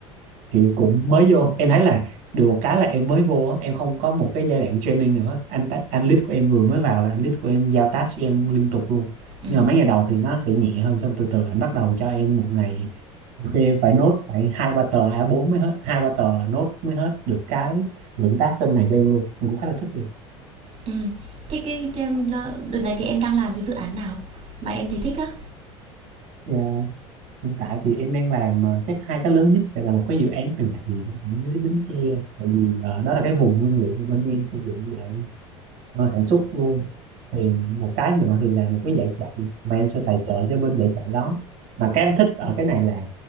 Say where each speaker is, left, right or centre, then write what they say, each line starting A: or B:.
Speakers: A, on the right; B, on the right.
A: kiểu cũng mới vô em thấy là được một cái là em mới vô á, em không có một cái giai đoạn training nào hết anh ta- anh lead của em vừa mới vào là anh lead của em giao task cho em liên tục luôn
B: Ừ,
A: nhưng mà mấy ngày đầu thì nó sẽ nhẹ hơn xong từ từ anh bắt đầu cho em một ngày nhiều khi em phải nốt phải hai ba tờ a bốn mới hết hai ba tờ nốt mới hết được cái lượng tác trong ngày của em luôn em cũng khá là thích được
B: ừ Cái, cái, trên, đợt này thì em đang làm cái dự án nào mà em thấy thích á?
A: Dạ, hiện tại thì em đang làm ờ, chắc hai cái lớn nhất sẽ là một cái dự án từ thiện với Bến Tre tại vì ờ, đó là cái vùng nguyên liệu mà bên em sử dụng để ờ, sản xuất luôn thì một cái nữa thì là một cái dạy chạy mà em sẽ tài trợ cho bên dạy chạy đó mà cái em thích ở cái này là